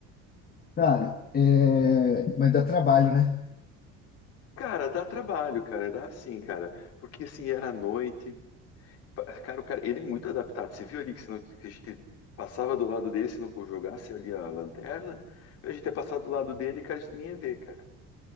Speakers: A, on the left; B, on the left.
A: Cara, é. Mas dá trabalho, né?
B: Cara, dá trabalho, cara, dá sim, cara. Porque assim, era à noite. Pa- Cara, o cara, ele é muito adaptado. Você viu ali que, se não, que a gente passava do lado dele, se não jogasse ali a lanterna, a gente ia passar do lado dele, cara, a gente nem ia ver, cara.